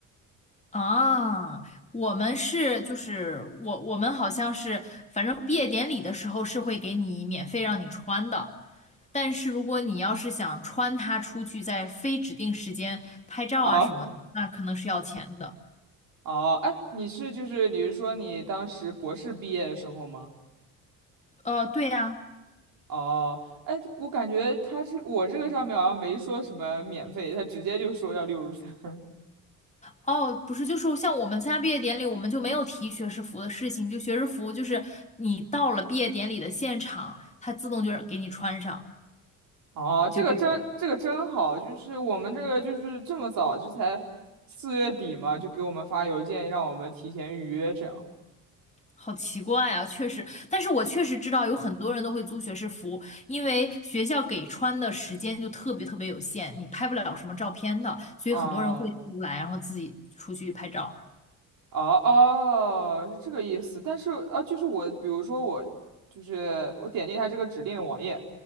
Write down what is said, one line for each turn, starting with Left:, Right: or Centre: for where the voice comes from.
Left: 啊，我们是就是我我们好像是，反正毕业典礼的时候是会给你免费让你穿的。但是如果你要是想穿它出去，在非指定时间拍照啊什么的，
Right: 哦
Left: 那可能是要钱的。
Right: 哦，哎，你是就是你是说你当时博士毕业的时候吗？
Left: 呃，对呀，
Right: 哦，哎，我感觉他这我这个上面好像没说什么免费，他直接就说要六十三。
Left: 哦，不是，就是像我们参加毕业典礼，我们就没有提学士服的事情，就学士服就是你到了毕业典礼的现场，它自动就是给你穿上，
Right: 哦，
Left: 就这种。
Right: 这个真这个真好，就是我们这个就是这么早，这才四月底嘛，就给我们发邮件让我们提前预约这样。
Left: 好奇怪啊，确实，但是我确实知道有很多人都会租学士服，因为学校给穿的时间就特别特别有限，你拍不了什么照片的，所以很多人会租来，
Right: 啊。
Left: 然后自己出去拍照。
Right: 哦哦，是这个意思。但是啊，就是我，比如说我，就是我点进他这个指定的网页，